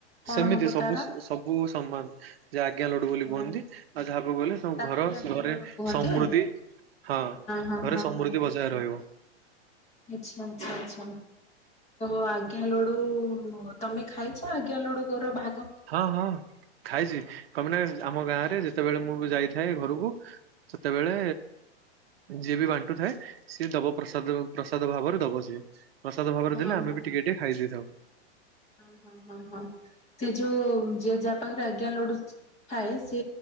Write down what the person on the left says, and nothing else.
କଣ
ହବ
ତାର
ହଁ
ତାକୁ
ବି ଆଜ୍ଞା
ଲଡୁ କୁହନ୍ତି
ହଁ
ହଁ
ହଁ।
ଆଚ୍ଛା ଆଚ୍ଛା ଆଚ୍ଛା। ତ ଆଜ୍ଞା ଲଡୁ ତମେ ଖାଇଛ ଆଜ୍ଞା ଲଡୁ ଗୋର ଭା
ହଁ
ହଁ
ହଁ।
ହଁ ହଁ ହଁ ହଁ ସେ ଯୋଉ ଯୋ ଯାହା ପାଖରେ ଆଜ୍ଞା ଲଢୁ ଖାଏ ସେି